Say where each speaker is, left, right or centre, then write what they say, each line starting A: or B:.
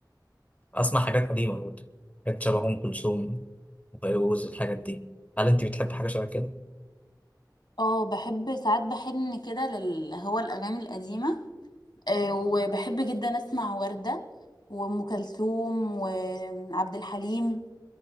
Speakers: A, on the left; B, on the left.
A: أسمع حاجات قديمة برضه حاجات شبه أم كلثوم وفيروز الحاجات دي هل أنت بتحب حاجة شبه كده؟
B: اه بحب ساعات بحن كده لل هو الأغاني القديمة آه، وبحب جدا أسمع وردة وأم كلثوم وعبد الحليم